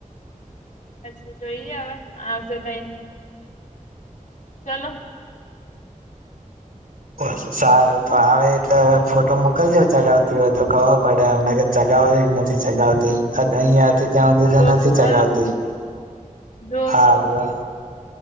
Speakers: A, on the left; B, on the right.
A: પછી જોઈએ હવે આવશે તઈ ચાલો
B: બ સારું તો આવે એટલે હવે ફોટો મોકલજ ચગાવતી હોય તો ખો પડેમ ચગ એ જ નથી ચગાવતી અહંયાથી ત્યાં સુધી તો
A: જોશું
B: નથી ચગાવતી
A: હાલો જોશું
B: હા વા